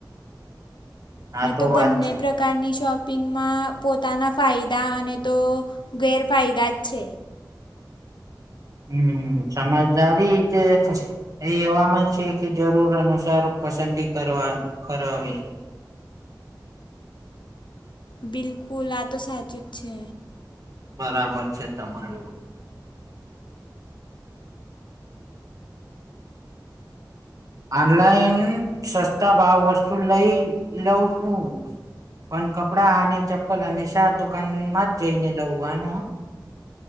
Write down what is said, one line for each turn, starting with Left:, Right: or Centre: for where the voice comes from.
Right: આ
Left: ને તો
Right: વાત
Left: બંને
Right: છે
Left: પ્ર પ્કારની શોપિંગમાં પોતાના ફાયદા અને તો ગેરફાયદા જ છે.
Right: હમ સમજદારી છે. એ એવામાં છે, કે જરૂર અનુસાર પસંદગી કરવા કરવી
Left: બિલકુલ આ તો સાચું જ છે.
Right: બરાબર છે, તમારું આનલાઈન સસ્તા ભાવ વસ્તુ લઈ લઉં છું. પન કપડાં અને ચપ્પલ હંમેશા દુકાનમાં જ જઈને લવવાનું